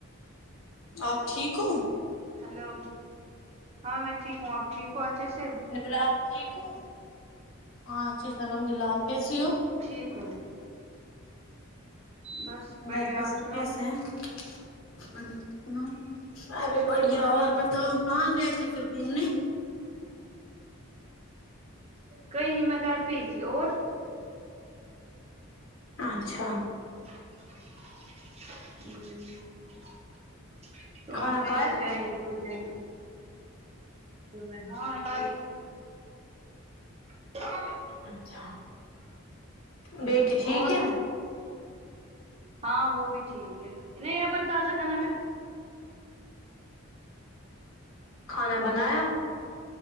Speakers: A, on the left; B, on the right.
A: آپ ٹھیک ہو
B: ہلو ہاں میں ٹھیک ہوں اپ ٹھیک ہوں اچھے سے
A: بلا آپ ٹھیک ہو ہاں اچھا الحمد اللہ آپ کیسی ہو
B: ٹھیک ہو بس بڑھیا
A: گھر پہ
B: آپ
A: سب
B: سناؤ
A: کیسے ہیں سنا ابھی
B: شکر
A: بڑھیا اور بتاؤ کہاں گئے تھے پھر گھومنے
B: کہیں نہیں میں گھر پے ہی تھی اور
A: اچھا
B: ہوں سوچتے
A: کھانا کھایا
B: جائیں گے کچھ دن مہیں ہاں یار <unintelligible>
A: اچھا بیٹی ٹھیک
B: اور
A: ہے
B: ہاں وہ بھی ٹھیک ہے نہیں یہاں پر تازہ کھانا کھا
A: کھانا بنایا